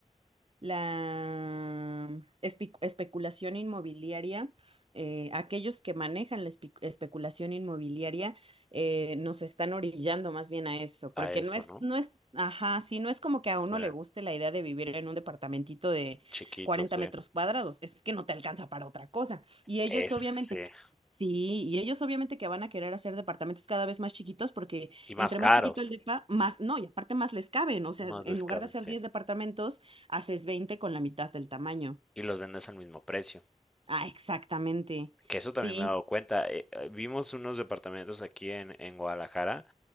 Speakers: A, on the right; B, in the centre.
A: la espe- especulación inmobiliaria, eh, aquellos que manejan la espe- especulación inmobiliaria eh, nos están orillando más bien a eso, porque
B: A eso,
A: no es,
B: ¿no?
A: no es, ajá, sí, no es como que a
B: Sí,
A: uno le guste la idea de vivir en un departamentito de
B: chiquito,
A: 40
B: sí.
A: metros cuadrados, es que no te alcanza para otra cosa. Y ellos
B: Ese.
A: obviamente... que- Sí, y ellos obviamente que van a querer hacer departamentos cada vez más chiquitos porque
B: Y
A: entre
B: más caros.
A: más chiquito el depa, más, no, y aparte más les caben, o sea,
B: Más
A: en
B: les
A: lugar
B: caben,
A: de hacer
B: sí.
A: 10 departamentos, Haces 20 con la mitad del tamaño.
B: Y los vendes al mismo precio.
A: Ah, exactamente.
B: Que eso
A: Sí,
B: también me he dado cuenta. eh, eh, vimos unos departamentos aquí en, en Guadalajara,